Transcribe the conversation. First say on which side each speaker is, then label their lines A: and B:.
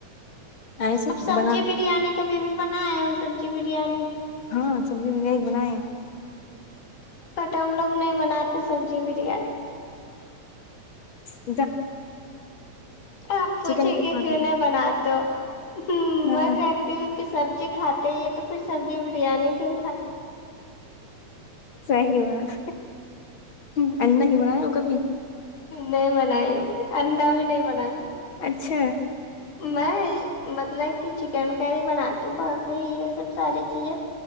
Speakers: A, on the left; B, on the left.
A: ایسے
B: اب سبزی
A: بنا
B: بریانی کبھی بھی بنایا ہو سبزی بریانی
A: ہاں سبزی میںگ بنایا
B: کٹ ہم لوگ نہیں بناتے تھ سبزی بریانی
A: <inaudible> ا
B: آپ پوچھیں
A: چکن بھی کھاتے
B: گے کیوں
A: ہیں
B: نہیں بناتے ہو میں
A: ہاں
B: کہتی ہوں کہ سبزی کھاتے یہ تو پھر سبزی بریانی کے
A: صی بات ہ انا نہیں بنایا ہو کبھی
B: نہیں بناائی انڈا بھی نہیں بنایا
A: چھ
B: میں مطلب کہ چکن کا ہی بناتی ہوں باقی یہ سب ساری چیزیں